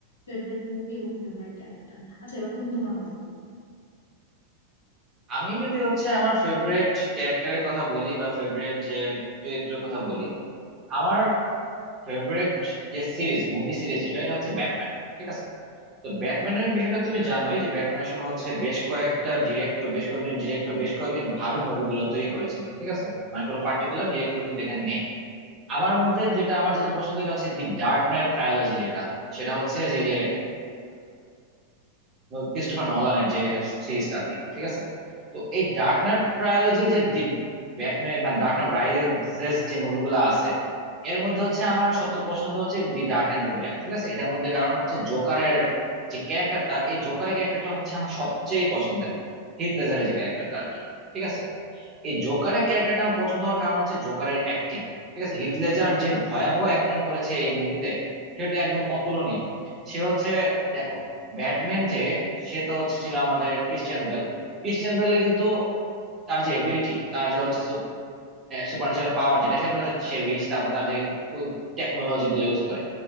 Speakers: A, on the left (about 70°); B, on the right (about 25°).
A: ফেভারিট মুভি এবং ফেভারিট ক্যারেক্টার আচ্ছা এবার তুমি তোমার কথা বলো
B: আমি যদি হচ্ছে আমার ফেভারিট ক্যারেক্টারের কথা বলি বা ফেভারিট যে চরিত্রের কথা বলি আমার ফেভারিট যে সিরিজ মুভি সিরিজ যেটা এটা হচ্ছে ব্যাটম্যান ঠিক আছে তো ব্যাটম্যানের বিষয়টা তুমি জানোই যে ব্যাটম্যান আসলে হচ্ছে বেশ কয়েকটা ডিরেক্টর বেশ কয়েকজন ডিরেক্টর বেশ কয়েকজন ভাবে মুভিগুলো তৈরি করেছেন ঠিক আছে মানে কোনো পার্টিকুলার ডিরেক্টর কিন্তু এখানে নেই আমার মধ্যে যেটা আমার যেটা পছন্দ এটা হচ্ছে দি ডার্ক নাইট ট্রায়োলজি যেটা সেটা হচ্ছে যে যে ক্রিস্টোফার নলানের যে সিরিজটা আর কি ঠিক আছে তো এই ডার্ক নাইট ট্রায়োলজির যে ব্যাটম্যান মানে ডার্ক নাইট রাইজেস যে মুভিগুলো আছে এর মধ্যে হচ্ছে আমার সবচেয়ে পছন্দ হচ্ছে দি ডার্ক নাইট মুভিটা ঠিক আছে এটার মধ্যে কারণ হচ্ছে জোকারের যে ক্যারেক্টারটা এই জোকারের ক্যারেক্টারটা হচ্ছে আমার সবচেয়ে পছন্দের হিথ লেজারের যে ক্যারেক্টারটা আর কি ঠিক আছে এই জোকারের ক্যারেক্টারটা আমার পছন্দ হওয়ার কারণ হচ্ছে জোকারের অ্যাক্টিং ঠিক আছে হিথ লেজার যে ভয়াবহ অ্যাক্টিং করেছে এই মুভিতে সেটা একদম অতুলনীয় সে হচ্ছে দেখো ব্যাটম্যান যে সে তো হচ্ছে ছিল আমাদের ক্রিশ্চিয়ান বেল ক্রিশ্চিয়ান বেলে কিন্তু তার যে এবিলিটি তার যে হচ্ছে সুপার ন্যাচারাল পাওয়ার যেটা সেটা হচ্ছে সে রিচ তারপর তার যে টেকনোলজি গুলো ইউজ করে